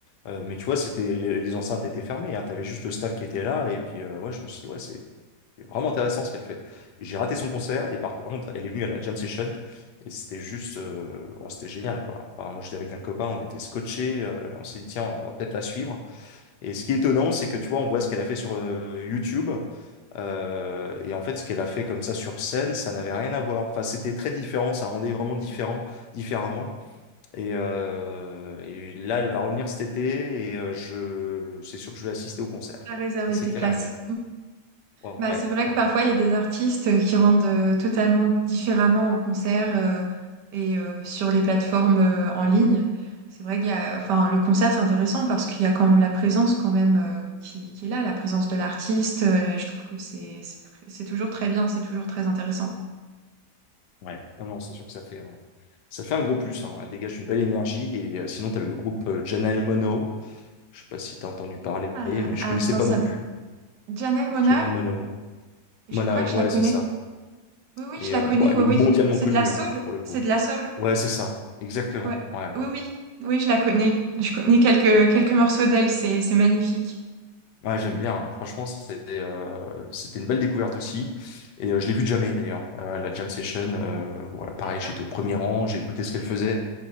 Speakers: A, on the left (about 80°); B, on the right (about 85°).
A: Euh, mais tu vois, c'était les, les enceintes étaient fermées. Hein. T'avais juste le staff qui était là. Et puis, euh, ouais, je me suis dit, ouais, c'est vraiment intéressant ce qu'elle fait. J'ai raté son concert et par contre, elle est venue à la jam session et c'était juste, euh, ouais, c'était génial, quoi. Enfin, moi, j'étais avec un copain, on était scotchés. euh, on s'est dit, tiens, on va peut-être la suivre. Et ce qui est étonnant, c'est que tu vois, on voit ce qu'elle a fait sur euh, YouTube. euh, et en fait, ce qu'elle a fait comme ça sur scène, ça n'avait rien à voir. Enfin, c'était très différent, ça rendait vraiment différent, différemment. Et, euh, et là, elle va revenir cet été et euh, je, c'est sûr que je vais assister au concert,
B: à
A: quoi.
B: réserver
A: Ça, c'est
B: tes
A: clair
B: places.
A: et net. Ouais,
B: Bah, c'est vrai
A: ouais,
B: que parfois il y a des artistes euh, qui rendent euh, totalement différemment en concert euh, et euh, sur les plateformes euh, en ligne. C'est vrai qu'il y a, enfin, le concert c'est intéressant parce qu'il y a quand même la présence quand même euh, qui, qui est là, la présence de l'artiste. euh, et je trouve que c'est c'est tr- c'est toujours très bien, c'est toujours très intéressant.
A: ouais. Non, non, c'est sûr que ça fait, un- ça fait un gros plus, hein. Elle dégage une belle énergie. Et euh, sinon, tu avais le groupe euh, Janelle Monáe. Je sais pas si tu as entendu parler,
B: Ah,
A: mais je
B: ah,
A: connaissais
B: tiens,
A: pas
B: ça
A: non
B: me-
A: plus.
B: Janelle Monáe,
A: Janelle Monáe.
B: je
A: Monáe,
B: crois que
A: ouais,
B: je la connais.
A: c'est ça.
B: Oui, oui,
A: Et
B: je la
A: euh,
B: connais.
A: bon, elle
B: Oui,
A: est
B: oui,
A: mondialement
B: c'est
A: connue,
B: de la soul,
A: hein, pour le coup.
B: c'est de la soul.
A: Ouais, c'est ça, exactement.
B: Ouais.
A: Ouais,
B: Oui, oui, oui, je la connais. Je connais quelques quelques morceaux d'elle. C'est c'est magnifique.
A: ouais, j'aime bien. hein. Franchement, c'était euh, c'était une belle découverte aussi. Et euh, je l'ai vue de jamais d'ailleurs. Euh, la jam session, euh, voilà, pareil,
B: C'est
A: j'étais au premier rang, j'ai écouté ce qu'elle faisait.